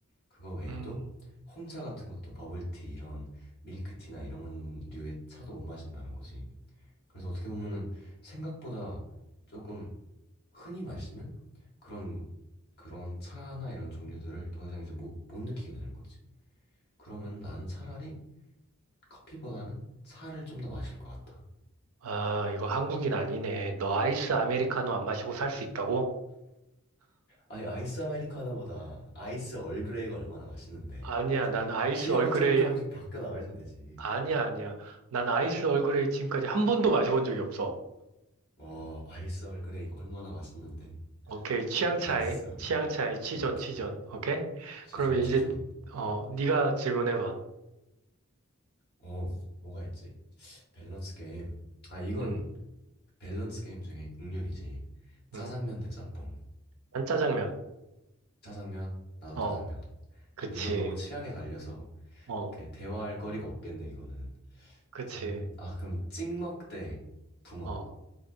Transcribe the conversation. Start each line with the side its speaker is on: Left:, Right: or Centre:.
Left: 그거 외에도
Right: 음,
Left: 홍차 같은 것도 버블티 이런 밀크티나 이런 류의 차도 못 마신다는 거지. 그래서 어떻게 보면은 생각보다 조금 흔히 마시는 그런 그런 차나 이런 종류들을 더 이상 이제 못, 못 느끼게 되는 거지. 그러면
Right: 음.
Left: 나는 차라리 커피보다는 차를 좀 더 마실 것 같아.
Right: 아, 이거 한국인 아니네. 너 아이스 아메리카노 안 마시고 살 수 있다고?
Left: 아니, 아이스 아메리카노보다 아이스 얼그레이가 얼마나 맛있는데.
Right: 아니야, 난 아이스
Left: 취향을
Right: 얼그레이야.
Left: 조금 조금씩 바꿔 나가시면 되지.
Right: 아니야, 아니야. 난 아이스 얼그레이 지금까지 한 번도 마셔본 적이 없어.
Left: 어, 음, 아이스 얼그레이 이거 얼마나 맛있는데.
Right: 오케이. 취향 차이.
Left: 아이스 얼그레이.
Right: 취향 차이. 치존,
Left: 오케이.
Right: 치존. 오케이?
Left: 지존,
Right: 그러면
Left: 지존.
Right: 이제, 어, 네가 질문해봐.
Left: 어, 뭐가 있지? 밸런스 게임. 아, 이건
Right: 응,
Left: 밸런스 게임 중에 국룰이지. 짜장면
Right: 응.
Left: 대 짬뽕.
Right: 난 짜장면.
Left: 짜장면, 나도
Right: 어,
Left: 짜장면.
Right: 그치.
Left: 근데 이건 너무 취향에 갈려서
Right: 어,
Left: 그 대화할 음. 거리가 없겠네, 이거는.
Right: 그치.
Left: 짜장면. 아, 그럼 찍먹 대 부먹.
Right: 어,